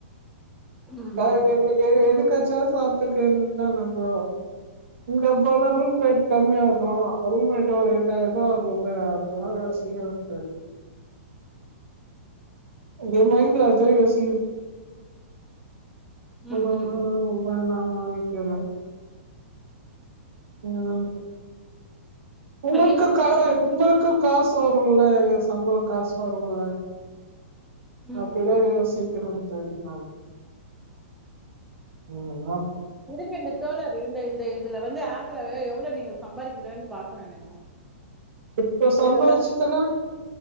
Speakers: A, in the centre; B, on the right.
A: ம்
B: <unintelligible>
A: ம்
B: எனக்கு எதுக்காச்சாவு சாப்பித்துக்கு வேண்டியதுதா நம்ம இங்க போனா ரூம்ரேட் கம்மியா அகு ரூம்மேரட் ஒரு இரண்டாயிரம் ரூபா அஉம்ள்ள அந்த யோசீக்கிண்ப்ப ஏ மைண்ட்ல அத யோசிக்கர அவல்லோ
A: ம் ம்
B: தா ஆவுன்னு
A: ம்
B: நன நினக்கிற ஆம உங்களுக்கு
A: அது என்ன சிக்கன்
B: கா உங்களுக்கு காசு காசோறு இல்ல சம்பளோ காசு வரவும் இல்ல
A: ம்
B: அப்பில்ல
A: ம்
B: யோசி <unintelligible> ஈவினிங்கா
A: இருங்க இந்த தோழர் இந்த இந்த இது இதுல வந்து ஆப்ல எவ்ளோ நீங்க சம்பாதிக்கறிகன்னு பாக்கணு எனக்கு
B: இப்போ சம்பாதிச்சுதுனா
A: இதுல வரும்